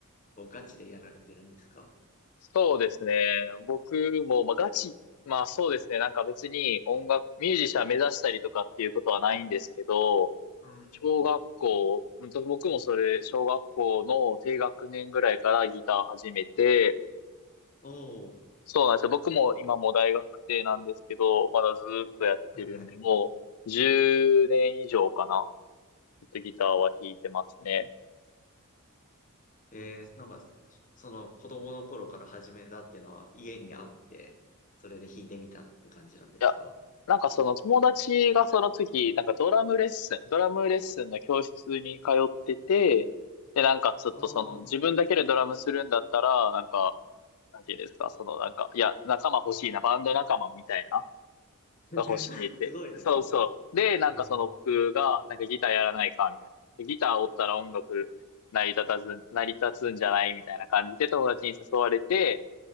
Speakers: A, on the left (about 35°); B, on the left (about 75°).
A: ーをガチでやられてるんですか
B: そうですね。僕も、まあ、ガチ、まあそうですね。なんか別に音楽、ミュージシャン目指したりとかっていうことはないんですけど、
A: うんうん。
B: 小学校、うんと僕もそれ、小学校の低学年ぐらいからギター始めて、
A: おお、
B: そうなんですよ。僕も今もう大学生なんですけど、まだずーっとやってるんで、
A: はいはい。
B: もう10年以上かな。ずっとギターは弾いてますね。
A: えー、なんか、その子供の頃から始めたっていうのは家にあって、それで弾いてみたって感じなんですか
B: いや、なんかその友達がその時、なんかドラムレッスン、ドラムレッスンの教室に通ってて、で、なんかちょっとその自分だけでドラムするんだったら、
A: ああー、
B: なんか、なんていうんですか、そのなんか、いや、仲間欲しいな、バンド仲間みたいな。
A: <laughs>
B: が欲しいって。
A: すごいですね。
B: そうそう。で、なんかその僕が、
A: うん。
B: なんかギターやらないか、みたいな。でギターおったら音楽成り立たず、成り立つんじゃないみたいな感じで友達に誘われて、